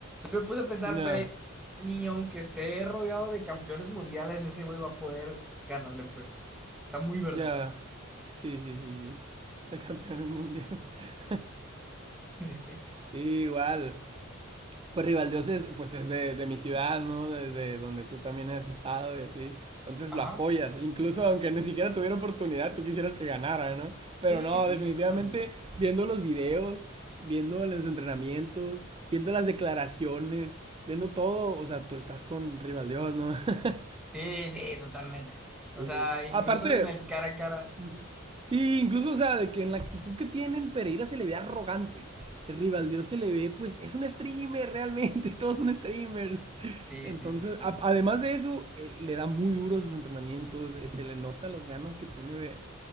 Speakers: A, in the centre; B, on the right.
A: Yo me puse a pensar,
B: Ya.
A: Pereira, ni aunque esté rodeado de campeones mundiales, ese güey va a poder ganarle, pues. Está muy verde.
B: Ya. Sí, sí, sí, sí. De campeones mundiales. <laughs>
A: <laughs>
B: Sí, igual. Pues Rivaldios es, pues es de, de mi ciudad, ¿no? desde donde tú también has estado y así. Entonces
A: Ajá.
B: lo apoyas. Incluso aunque ni siquiera tuviera oportunidad, tú quisieras que ganara, ¿no? Pero
A: Sí,
B: no,
A: sí,
B: definitivamente
A: totalmente.
B: viendo los videos, viendo los entrenamientos, viendo las declaraciones, viendo todo, o sea, tú estás con Rivaldios, ¿no? <laughs>
A: Sí, sí, totalmente. O
B: Sí.
A: sea, incluso
B: Aparte,
A: en el cara a cara.
B: Ujú. Sí, incluso, o sea, de que en la actitud que tienen, Pereira se le ve arrogante. El Rivaldo se le ve, pues, es un streamer realmente, <laughs> todos son streamers.
A: Sí,
B: Entonces,
A: sí, sí, sí.
B: a- además de eso, eh, le da muy duro a sus entrenamientos, eh, se le nota las ganas que tiene de,